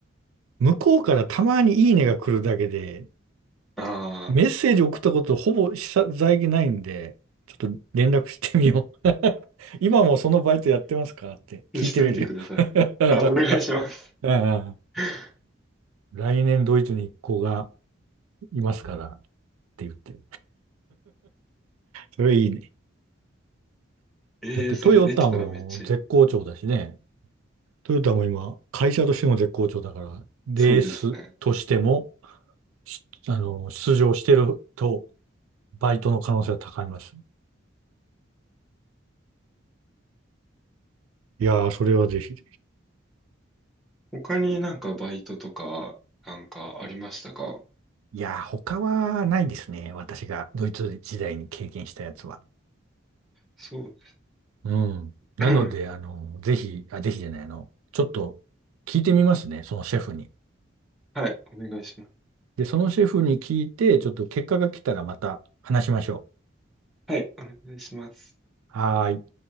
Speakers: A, on the right; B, in the centre.
A: 向こうからたまにいいねが来るだけで、
B: ああ
A: メッセージ送ったことほぼ久々ないんで、ちょっと連絡してみよう。<laughs> 今もそのバイトやってますかって聞いてみるよ。
B: ー、してみてください。あ、お願いします。
A: <laughs> うんうん
B: <laughs>
A: 来年ドイツに一行がいますからって言って。それいいね。
B: ええーそれできたらめっちゃいい。
A: だってトヨタも絶好調だしね。トヨタも今、会社としても絶好調だから、レースとしても、
B: そうですね。
A: しあの、出場してると、バイトの可能性は高います。いやー、それはぜひ。
B: 他になんかバイトとか、なんかありましたか
A: いやー、他はないですね。私がドイツ時代に経験したやつは。
B: そう。
A: うん。なので、
B: <clears throat>
A: あの、ぜひ、あ、ぜひじゃない、あの、ちょっと聞いてみますね。そのシェフに。
B: はい、お願いします。
A: で、そのシェフに聞いて、ちょっと結果が来たらまた話しましょ
B: はい、お願いします。
A: う。はーい。